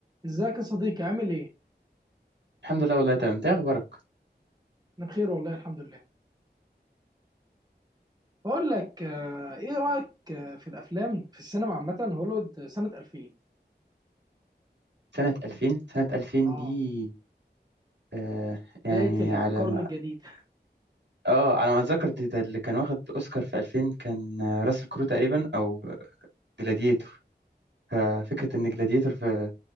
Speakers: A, on the right; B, on the right.
A: ازيك يا صديقي عامل ايه؟
B: الحمد لله والله تمام انت ايه اخبارك
A: انا بخير والله الحمد لله. بقول لك آه، ايه رأيك آه، في الافلام في السينما عامة هوليوود سنة 2000
B: سنة 2000 سنة 2000
A: اه
B: دي آه
A: بداية
B: يعني
A: القرن
B: على ما
A: الجديد
B: اه على ما اتذكر دي- ده اللي كان واخد اوسكار في 2000 كان آه، راسل كرو تقريبا او جلاديتور ففكرة ان جلاديتور في